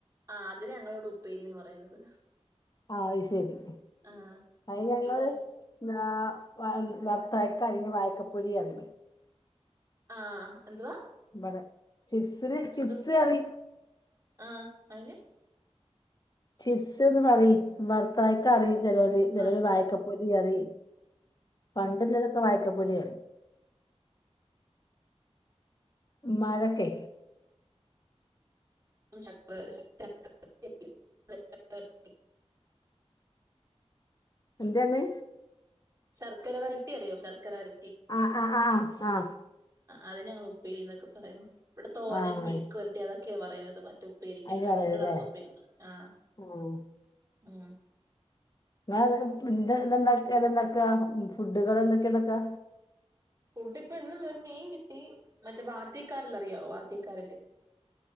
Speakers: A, on the right (about 30°); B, on the left (about 35°).
A: ആ അതിനാ ഞങ്ങളിവടെ ഉപ്പേരീ ന്ന് പറയുന്നത്
B: അയ്ശെരി
A: ആഹ്
B: അയ് ഞങ്ങള്
A: ഇവിടെ
B: ന്താ വർത്തായ്ക്കാ വായക്കപ്പൊരി പറയും
A: ആഹ് എന്തുവാ
B: ബടെ ചിപ്സിന് ചിപ്സ്
A: എന്തോ
B: പറീം
A: ആഹ് അയിന്
B: ചിപ്സ് ന്ന് പറയീം ബർത്തായക്കാറീം ചെലോല്. ചെലോല്
A: വറുത്തതും
B: വായക്ക പൊരി പറയും. പണ്ടില്ലതൊക്കെ വായക്കപ്പൊരി ആയിരുന്നു മ്മാരൊക്കെ
A: <unintelligible>
B: എന്തേർന്ന്
A: ശർക്കര വരട്ടി അറിയോ ശർക്കര വര
B: ആഹ് ആഹ് ആഹ് ആ
A: അതിനെ ഞങ്ങൾ ഉപ്പേരിന്നൊക്കെ പറയുന്നു. ഇവടെ തോരൻ
B: ആഹ്
A: മെഴുക്കൊരട്ടി അതൊക്കെയാ പറയാന്ന് ഉപ്പേരിക്കൊക്കെ
B: അത് പറയും
A: ഇങ്ങളെ അവുടത്തെ
B: ല്ലേ
A: ഉപ്പേരിക്ക് ആഹ്
B: ആഹ്
A: മ്
B: ങ്ങളെന്തൊക്കെ ഫുഡ്ഡ് എന്തണ്ടാക്കാ ഫുഡ്ഡ്കളെന്തൊക്കെ ണ്ടാക്കാ
A: ഫുഡ് ഇപ്പൊ ഇന്ന് ഒരു മീൻ കിട്ടി മറ്റേ വാത്തിക്കാരൽ അറിയാവോ വാത്തിക്കാരൽ